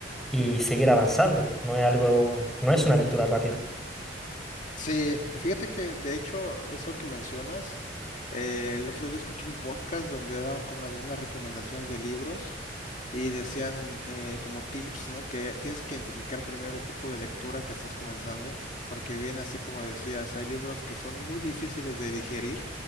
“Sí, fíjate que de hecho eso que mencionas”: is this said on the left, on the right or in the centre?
Left